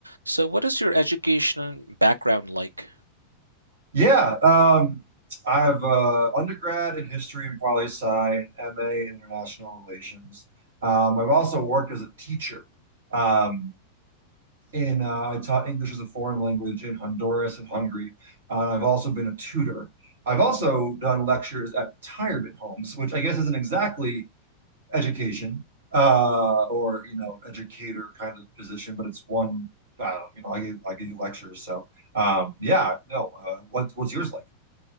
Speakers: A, on the right; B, on the right.
A: So what is your education background like?
B: Yeah, um, I have uh, undergrad in history and poli sci, and MA in international relations. Um, I've also worked as a teacher. Um, in uh, I taught English as a foreign language in Honduras and Hungary. Uh, I've also been a tutor. I've also done lectures at retirement homes, which I guess isn't exactly education uh, or you know educator kind of position, but it's one. I don't, you know, I gave I gave lectures. So um, yeah, no. Uh, what, what's yours like?